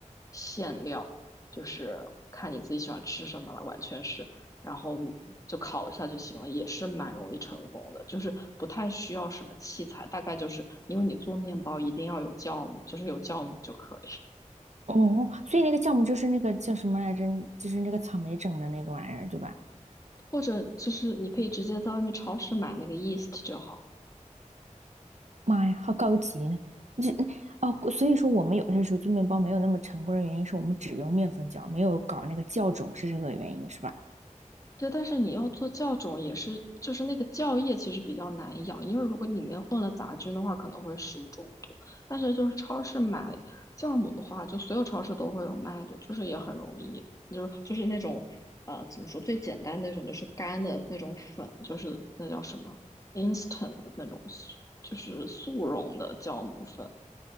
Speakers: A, on the left; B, on the right.
A: 馅料。就是看你自己喜欢吃什么了，完全是。然后就烤一下就行了，也是蛮容易成功的，就是不太需要什么器材，大概就是因为你做面包一定要有酵母，就是有酵母就可以，
B: 哦，所以那个酵母就是那个叫什么来着？就是那个草莓整的那个玩意儿，对吧？
A: 或者就是你可以直接在外面超市买那个 yeast 就好。
B: 妈呀，好高级呢！这哦，所以说我们有些时候做面包没有那么成功的原因是我们只用面粉酵，没有搞那个酵种，是这个原因是吧？
A: 对，但是你要做酵种也是，就是那个酵液其实比较难养，因为如果里面混了杂菌的话，可能会食物中毒。但是就是超市买酵母的话，就所有超市都会有卖的，就是也很容易，就是就是那种呃怎么说最简单那种，就是干的那种粉，就是那叫什么 instant 的那种速，就是速溶的酵母粉。